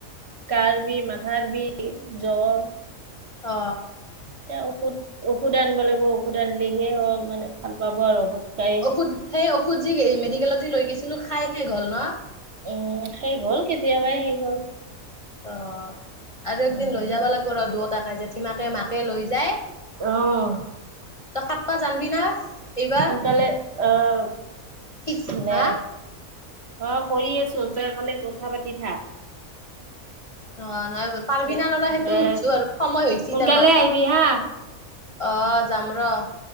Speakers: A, on the right; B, on the left.
A: গাৰ বিষ, মাথাৰ বিষ, জ্বৰ।
B: অ
A: এতিয়া ঔষধ ঔষধে আনিব লাগিব ঔষধ আনিলেহে মানে ভাল পাব আৰু ঔষধ খাই।
B: ঔষধ সেই ঔষধ যি এই মেডিকেলত যি লৈ গৈছিলো খাই শেষ হ'ল ন?
A: উম' শেষ হ'ল কেতিয়াবাই শেষ হ'ল।
B: অ' আৰু একদিন
A: উম
B: লৈ যাব লাগব ৰ দুয়টাকে জেঠী মাকে মাকে লৈ যায়-
A: অ',
B: তই কাটবা জানবি না? এইবাৰ
A: সোনকালে আহ
B: শিকছ
A: মানে-
B: হা
A: অঁ' কৰি আছোঁ, তইখালি কথা পাতি থাক।
B: অঁ নহয় পাৰিবি
A: দে
B: না নৰা সেইটো
A: দে
B: সুধছো আৰু সময় হৈছি
A: সোনকালে
B: তাৰমানে
A: আহিবি
B: অলপ।
A: হা
B: অ'‌ যাম ৰ।